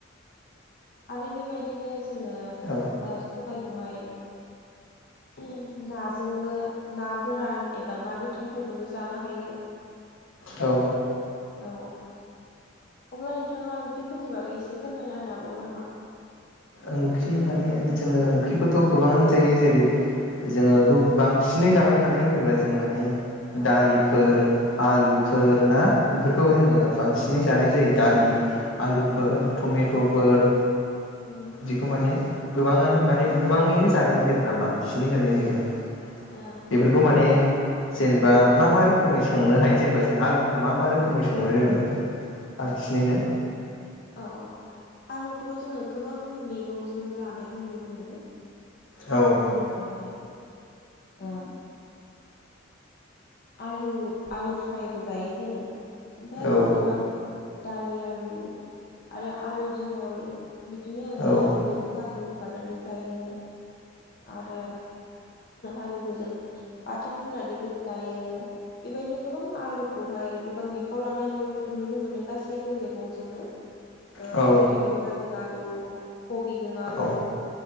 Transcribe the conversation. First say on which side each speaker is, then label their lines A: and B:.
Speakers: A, on the left; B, on the left.
A: आरो बेबायदिनो जोंङो
B: औ
A: सबाय। बेहाय ओ नाजोंबो ना गोरान एबा ना गोथांफोरजोंबो जानो हायो।
B: औ।
A: औ। अब्ला नोंथाङा ओंख्रिफोरनि बागै एसे फोरमायना होनो हाबावगोन नामा?
B: ओंख्रि माने जोङो ओंख्रिखौथ गोबां जायो जेरै जोंङो
A: ओं
B: गोबां बां सिनै जाबाय थानाय होनोब्ला जों माने।
A: औ
B: दालिफोर आलुफोर ना बेफोरखौ
A: औ
B: जोंङो
A: औ
B: बांसिनै जानाय जायो दालि। बि आलुफोर टमेटफोर
A: औ उम
B: बिदिखौ माने गोबाङानो माने गोबाङैनो जानाय जायो आरोना बांसिनै जानाय जायो।
A: औ
B: बेफोरखौ माने। जेनेबा मा मा रोखोमै संनो हायो जेनेबा जों आलुखौ मा मा रोखोमै संङो जोंङो बांसिनैनो?
A: औ औ आलुखौथ जोंङो। गोबां मैगंजों जानाय। नुनो मोनो।
B: औ
A: जेनेबा नै ओ आलु आलु फ्रायबो जायो जोंङो। ओमफ्राय आरो
B: औ
A: जोंङो बांसिन। दालि आलु आरो आलु जहल। बिदिनो
B: औ
A: बेदरफोरजोंबो आलु। बानायनानै जायो। आरो आलुखौ जों बाथोन रुनानैबो जायो बेबायदिनो गोबां आलुखौहाय गोबां बिफाव लानाय नुनो मोनो गासैबो मैगंजोंनो। ओ
B: औ
A: जेरै मुला जों आलु कबिजों आलु
B: औ